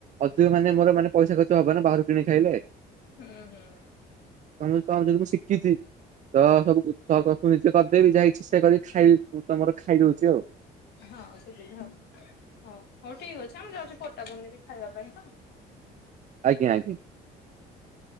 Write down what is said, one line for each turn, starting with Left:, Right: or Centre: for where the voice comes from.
Right: ଅଧିକ ମାନେ ମୋର ମାନେ ପଇସା ଖର୍ଚ୍ଚ ହବ ନା ବାହାରୁ କିଣି ଖାଇଲେ।
Left: ହୁଁ ହୁଁ।
Right: <unintelligible> ତ ଯଦି ମୁଁ ଶିଖିଛି ତ ସବୁ ନିଜେ କରିଦେଇବି ଯାଇ ରୋଷେଇ କରି ଖାଇ ତମର ଖାଇଦଉଛି ଆଉ।
Left: ହଁ ସୁବିଧା ହଉ, ହଉ, ହଉ ଠିକ ଅଛି ଆ ମୁଁ ଯାଉଚି ପଟା ବନେଇବି ଖାଇବା ପାଇଁ ତ।
Right: ଆଜ୍ଞା ଆଜ୍ଞା,